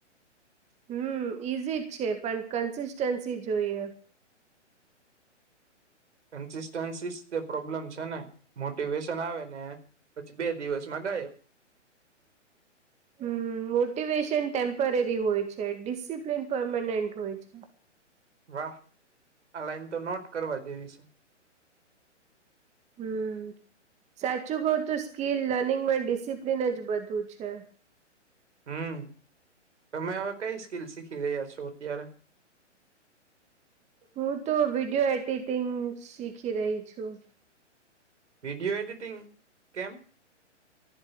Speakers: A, on the right (about 20°); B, on the right (about 70°).
A: હમ્મ ઈઝી જ છે પણ કન્સિસ્ટન્સી જોઈએ.
B: કન્સિસ્ટન્સી તે પ્રોબ્લેમ છે ને મોટિવેશન આવે ને પછી બે. દિવસમાં ગાયબ.
A: હમ્મ મોટિવેશન ટેમ્પરરી હોય છે ડિસિપ્લિન પરમાનેન્ટ હોય છે.
B: વાહ આ લાઈન તો નોટ કરવા જેવી છે.
A: હમ્મ. સાચું કઉ તો સ્કીલ લર્નિંગમાં ડિસિપ્લન જ બધું છે.
B: હમ્મ તમે હવે કઈ સ્કીલ શીખી રહ્યા છો અત્યારે
A: હું તો વિડીયો એડિટિંગ શીખી રહી છું
B: વિડીયો એડિટીંગ કેમ્પ